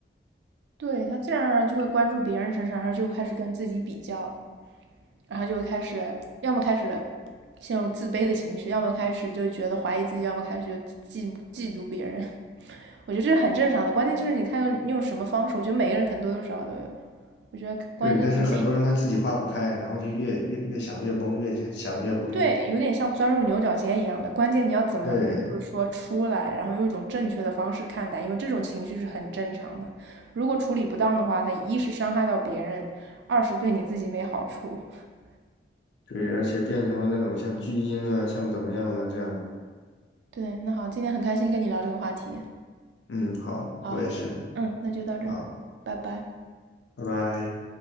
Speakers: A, on the right; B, on the left.
A: 对，他自然而然就会关注别人身上，他就开始跟自己比较。然后就会开始，要么开始陷入自卑的情绪，要么开始就觉得怀疑自己，要么开始就嫉嫉妒别人。<laughs> 我觉得这是很正常的，关键就是你看用用什么方式。我觉得每个人可能多多少少都有。我觉得关键你
B: 对，但是很多人他自己化不开，然后就越越越想越崩，越想想越崩。
A: 对，有点像钻入牛角尖一样的，关键你要怎么就是说出来，
B: 对
A: 然后用一种正确的方式看待，因为这种情绪是很正常的。如果处理不当的话，它一是伤害到别人，二是对你自己没好处。<laughs>
B: 对，而且变成了那种像巨婴啊，像怎么样的这样。
A: 对，那好，今天很开心跟你聊这个话题。
B: 嗯，好，
A: 啊，
B: 我也是。
A: 嗯，那就到这儿，
B: 好，
A: 拜拜。
B: 拜拜。